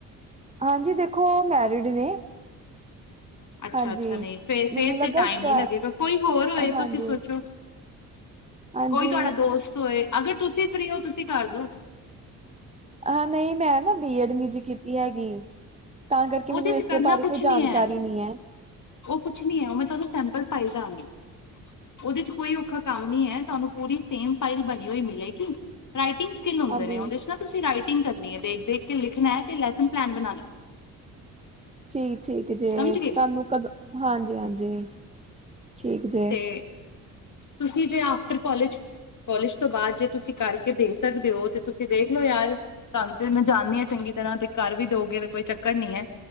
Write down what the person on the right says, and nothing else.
ਹਾਂਜੀ, ਦੇਖੋ ਉਹ ਮੈਰਿਡ ਨੇ।
ਹਾਂਜੀ
ਮੈਨੂੰ ਲੱਗਾ
ਸ਼ਾ
ਹਾਂਜੀ
ਹਾਂਜੀ
ਆਹ ਨਹੀਂ ਮੈਂ ਨਾ ਬੀਏਡ ਨੀ ਜੀ ਕੀਤੀ ਹੈਗੀ। ਤਾਂ ਕਰਕੇ
ਮੈਨੂੰ
ਇਸਦੇ
ਬਾਰੇ
ਕੋਈ ਜਾਣਕਾਰੀ
ਨੀ ਹੈ।
ਹਾਂਜੀ
ਠੀਕ ਠੀਕ ਜੇ
ਤੁਹਾਨੂੰ
ਕਦੋਂ ਹਾਂਜੀ ਹਾਂਜੀ ਠੀਕ ਜੇ